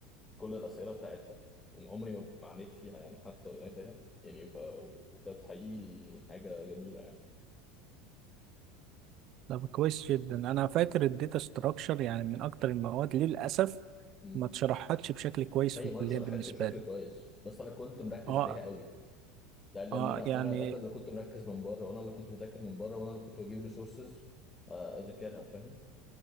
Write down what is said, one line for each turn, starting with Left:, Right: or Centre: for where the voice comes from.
Left: كل الاسئله بتاعتها عمري ما ما عانيت فيها يعني حتى يعني فاهم يعني ف... وكانت حقيقي حاجه جميله يعني
Right: طب كويس جدا انا فاكر الداتا ستراكشر يعني من اكتر المواد للاسف
Left: مم.
Right: ما اتشرحتش بشكل كويس
Left: هي
Right: في الكليه
Left: ما اتشرحتش
Right: بالنسبه
Left: بشكل
Right: لي
Left: كويس بس انا كنت مركز
Right: اه
Left: عليها قوي يعني لان
Right: اه
Left: انا
Right: يعني
Left: انا انا اللي كنت مركز من بره وانا اللي كنت مذاكر من بره وانا اللي كنت بجيب ريسورسز اذاكرها فاهم